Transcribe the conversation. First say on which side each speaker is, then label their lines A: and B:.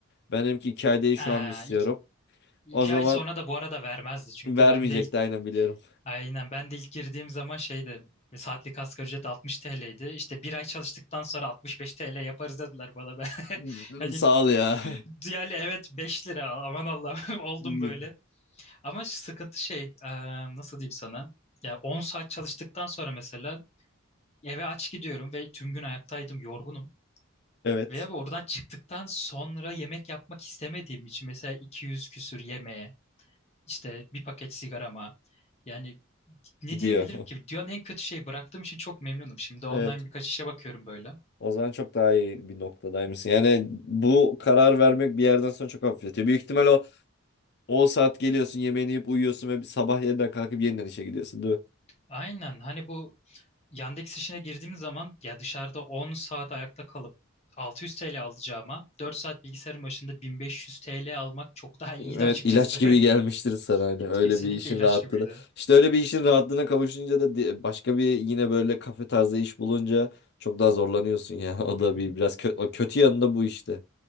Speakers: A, on the left; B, on the left.
A: Ben dedim ki iki ay değil şu
B: Aa,
A: an istiyorum.
B: iki, iki
A: O zaman
B: ay sonra da bu arada vermezdi çünkü
A: vermeyecekti
B: ben de
A: aynen biliyorum.
B: Aynen ben de ilk girdiğim zaman şeydi saatlik asgari ücret 60 TL'ydi. İşte bir ay çalıştıktan sonra 65 TL yaparız dediler bana. Ben <laughs>
A: <laughs>
B: hani
A: Sağ ol ya.
B: yani evet 5 lira aman Allah'ım <laughs> oldum
A: <laughs>
B: böyle. Ama sıkıntı şey e, nasıl diyeyim sana? Yani 10 saat çalıştıktan sonra mesela eve aç gidiyorum ve tüm gün ayaktaydım yorgunum.
A: Evet
B: Veya oradan çıktıktan sonra yemek yapmak istemediğim için mesela 200 küsür yemeğe işte bir paket sigarama yani Ne
A: gidiyor.
B: diyebilirim ki?
A: <laughs>
B: Dünyanın en kötü şey bıraktığım için çok memnunum. Şimdi online
A: Evet.
B: birkaç işe bakıyorum böyle.
A: O zaman çok daha iyi bir noktadaymışsın. Yani bu karar vermek bir yerden sonra çok hafifletiyor. Büyük ihtimal o o saat geliyorsun, yemeğini yiyip uyuyorsun ve bir sabah yeniden kalkıp yeniden işe gidiyorsun, değil mi?
B: Aynen hani bu Yandex işine girdiğim zaman ya dışarıda 10 saat ayakta kalıp 600 TL alacağıma 4 saat bilgisayarın başında 1500 TL almak çok daha iyiydi
A: Evet,
B: açıkçası.
A: ilaç gibi gelmiştir sana hani
B: <laughs>
A: öyle
B: Kesinlikle
A: bir işin
B: ilaç
A: rahatlığı
B: gibiydi.
A: da. İşte öyle bir işin rahatlığına kavuşunca da di- başka bir yine böyle kafe tarzı iş bulunca çok daha zorlanıyorsun ya. <laughs> O
B: Hı
A: da
B: hı.
A: bir biraz kö- o kötü yanında bu işte.